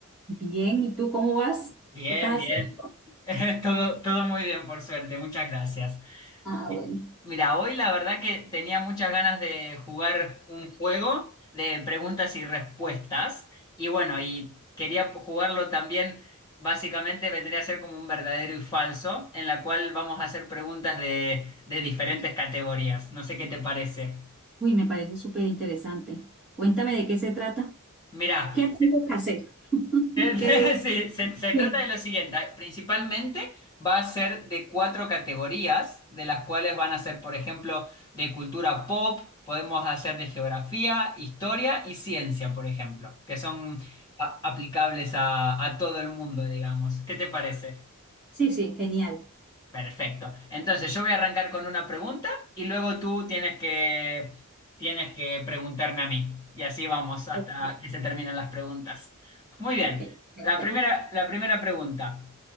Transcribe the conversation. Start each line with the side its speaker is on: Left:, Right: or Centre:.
Centre: Bien, ¿y tú cómo vas?
Left: Bien,
Centre: ¿Qué estás
Left: bien.
Centre: haciendo?
Left: <laughs> Todo, todo muy bien, por suerte. Muchas gracias.
Centre: Ah,
Left: Mi-
Centre: bueno.
Left: Mira, hoy la verdad que tenía muchas ganas de jugar un juego de preguntas y respuestas. Y bueno, y quería jugarlo también, básicamente vendría a ser como un verdadero y falso, en la cual vamos a hacer preguntas de, de diferentes categorías. No sé qué te parece.
Centre: Uy, me parece súper interesante. Cuéntame de qué se trata.
Left: Mira,
Centre: ¿Qué tengo que hacer? <laughs>
Left: <laughs>
Centre: ¿Qué debo?
Left: Sí, se, se trata
Centre: Sí,
Left: de lo siguiente. Principalmente va a ser de cuatro categorías, de las cuales van a ser, por ejemplo, de cultura pop, podemos hacer de geografía, historia y ciencia, por ejemplo, que son a- aplicables a, a todo el mundo, digamos. ¿Qué te parece?
Centre: sí, sí, genial.
Left: Perfecto. Entonces, yo voy a arrancar con una pregunta y luego tú tienes que, tienes que preguntarme a mí. Y así vamos hasta
Centre: Ok,
Left: que se terminen las preguntas. Muy bien.
Centre: ok, perfecto.
Left: La primera, la primera pregunta